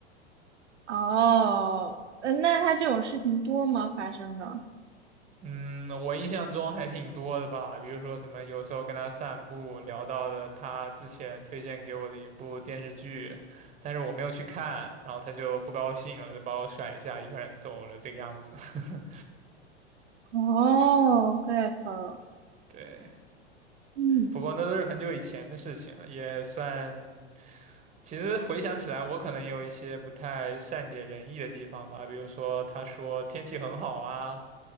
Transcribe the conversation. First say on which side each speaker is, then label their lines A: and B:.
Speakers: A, on the right (about 80°); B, on the right (about 20°).
A: 哦，呃，那他这种事情多吗？发生的？
B: 嗯，我印象中还挺多的吧，比如说什么有时候跟他散步聊到了他之前推荐给我的一部电视剧，但是我没有去看，然后他就不高兴了，就把我甩下一个人走了这个样子。<laughs>
A: 哦，get 了
B: 对。
A: 嗯
B: 不过那都是很久以前的事情了，也算。其实回想起来，我可能也有一些不太善解人意的地方吧，比如说他说天气很好啊，